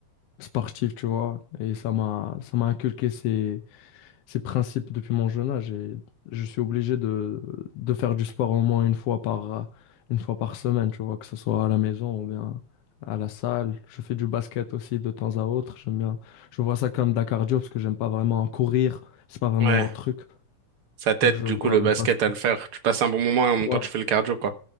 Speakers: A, on the left; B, on the right.
A: sportif, tu vois. Et ça m'a ça m'a inculqué ces, ces principes depuis mon jeune âge. Et je suis obligé de, de faire du sport au moins une fois par, une fois par semaine, tu vois, que ce soit à la maison ou bien à la salle. Je fais du basket aussi de temps à autre. J'aime bien. Je vois ça comme de la cardio parce que j'aime pas vraiment courir. C'est pas vraiment
B: Ouais,
A: un truc.
B: ça t'aide,
A: Donc je
B: du
A: vois
B: coup, le
A: le
B: basket
A: basket.
B: à le faire, tu passes un bon moment et en même
A: Ouais.
B: temps, tu fais le cardio, quoi.